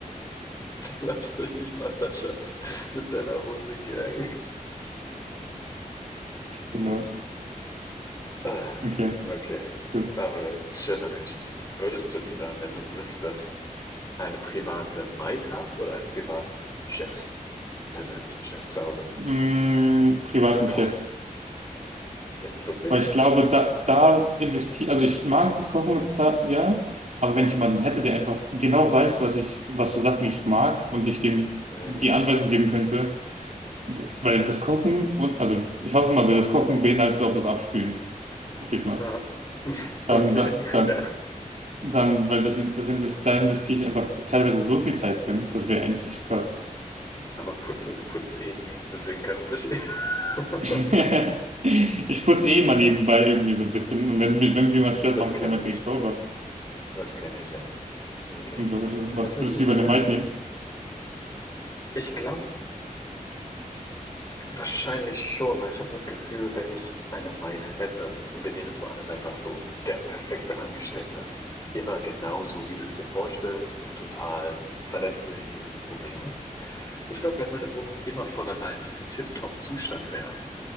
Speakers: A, on the left (about 25°); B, on the right (about 60°).
A: Du läufst durch die Nachbarschaft mit deiner Hundegang.
B: Genau.
A: Ah,
B: Okay,
A: Okay,
B: gut.
A: aber schöner Einstieg. Würdest du lieber, wenn du müsstest, eine private Maid haben oder einen privaten Chef? Persönlichen Chef zu Hause.
B: Mm, privaten
A: Also Koch.
B: Chefkoch.
A: Wirklich?
B: Weil ich glaube, da, da investiere, also ich mag das Kochen, mit Ta- ja, aber wenn ich jemanden hätte,
A: Hm,
B: der einfach genau weiß, was ich, was für Sachen ich mag und ich dem
A: hm.
B: die Anweisung geben könnte, d- weil das Kochen und, also ich hoffe mal, weil das Kochen beinhaltet auch das Abspülen, hoffe ich mal.
A: Ja,
B: Dann,
A: okay,
B: dann, dann,
A: <laughs> ja.
B: dann, weil das, das invest, da investiere ich einfach teilweise so viel Zeit drin, das wäre eigentlich echt krass.
A: Aber putzen, du putzt eh nie, deswegen kein Unterschied. <laughs>
B: <laughs> Ich putze eh mal nebenbei irgendwie so ein bisschen. Und wenn mich, wenn mich irgendwas stört,
A: Das
B: mache ich
A: kenne
B: es immer direkt
A: ich.
B: sauber.
A: Das kenne ich, ja. Okay.
B: Und was, würdest- was
A: Also
B: würdest
A: gut,
B: du über
A: äh,
B: eine Maid nehmen?
A: ich glaube wahrscheinlich schon, weil ich habe das Gefühl, wenn ich eine Maid hätte, und wir nehmen jetzt mal an, das ist einfach so der perfekte Angestellte, immer genau so, wie du es dir vorstellst und total verlässlich und nie Probleme. Ich glaube, wenn meine Wohnung immer von alleine im tipptopp Zustand wäre,